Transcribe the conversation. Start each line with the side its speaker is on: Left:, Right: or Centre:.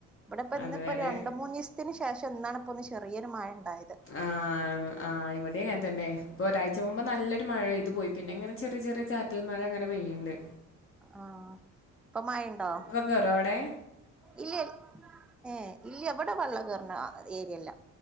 Centre: ഇവടെ ഇപ്പ
Left: അതുവരെ
Centre: ന്ന് പ്പോത് രണ്ട് മൂന്നീ സ്ത്തിന് ശേഷം ഇന്നാണിപ്പൊ ഒന്ന് ചെറിയൊരു മഴ ണ്ടായത്.
Left: ആ ആ് ഇവടെ അങ്ങൻ തന്നെ ഇപ്പൊ ഒരാഴ്ച
Centre: ഉം
Left: മുമ്പ് നല്ല മഴെയ്തു പോയി പിന്നെ ങ്ങനെ ചെറിയ ചെറിയ ചാറ്റൽ മഴ ങ്ങനെ പെയ്യ്ണ്ട്.
Centre: ആഹ് പ്പ മഴണ്ടോ
Left: ഗറോടെ
Centre: ഇല്ലെ ഏ ഇല്ല എവടെ വള്ളം കേറ്ണ ഏരിയല്ലാ